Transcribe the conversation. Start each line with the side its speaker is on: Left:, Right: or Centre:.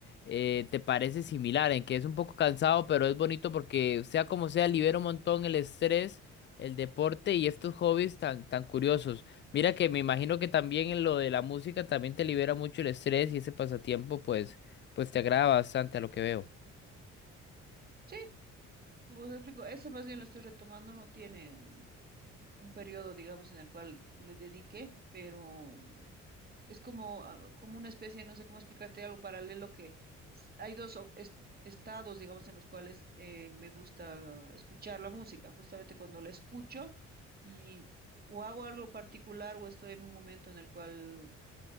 Left: eh, te parece similar, en que es un poco cansado, pero es bonito porque sea como sea, libera un montón el estrés, el deporte y estos hobbies tan, tan curiosos. Mira que me imagino que también en lo de la música también te libera mucho el estrés y ese pasatiempo pues pues te agrada bastante a lo que veo.
Right: Sí, como te explico, ese más bien lo estoy retomando, no tiene un, un periodo, digamos, en el cual le dediqué, pero es como, ah, como una especie, no sé cómo explicarte, algo paralelo que s- hay dos o- es- estados, digamos, en los cuales eh, me gusta escuchar la música, justamente cuando la escucho y o hago algo particular o estoy en un momento en el cual